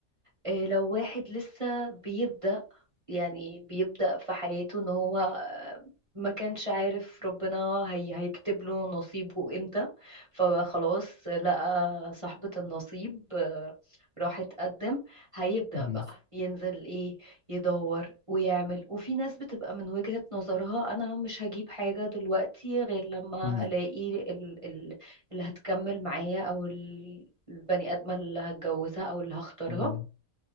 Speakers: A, on the right; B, on the left.
A: آه، لو واحد لسه بيبدأ يعني بيبدأ في حياته ان هو آه، ما كانش عارف ربنا هي هيكتب له نصيبه امتى فخلاص لقى صاحبة النصيب آه، راح اتقدم هيبدأ
B: أمم،
A: بقى ينزل ايه يدور ويعمل وفي ناس بتبقى من وجهة نظرها انا مش هجيب حاجة دلوقتي غير لما
B: أمم،
A: الاقي ال ال اللي هتكمل معايا او ال- البني آدمة اللي هتجوزها او اللي هختارها
B: أمم.